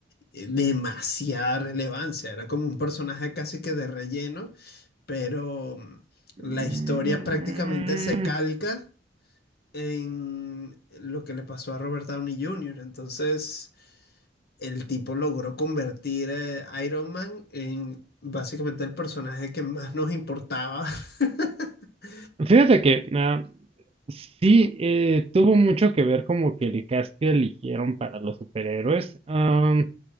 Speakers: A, on the left; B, on the right.
A: eh, demasiada relevancia, era como un personaje casi que de relleno, pero mm,
B: mm,
A: la historia prácticamente se calca en lo que le pasó a Robert Downey Jr. Entonces, el tipo logró convertir a Iron Man en básicamente el personaje que más nos importaba <laughs>
B: fíjate que ah, sí eh, tuvo mucho que ver como que el cast que eligieron para los superhéroes. Ah,